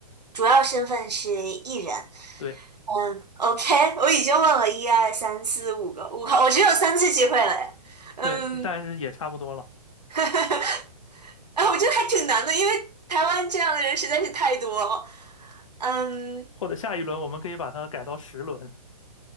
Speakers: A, on the right (about 80°); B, on the left (about 50°).
A: 主要身份是艺人。
B: 对
A: 嗯，OK，我已经问了一二三四五个，我个，我只有三次机会了诶。嗯，
B: 对，但是也差不多了。
A: <laughs> <laughs> 哎，我觉得还挺难的，因为台湾这样的人实在是太多了。嗯
B: 或者下一轮我们可以把它改到十轮。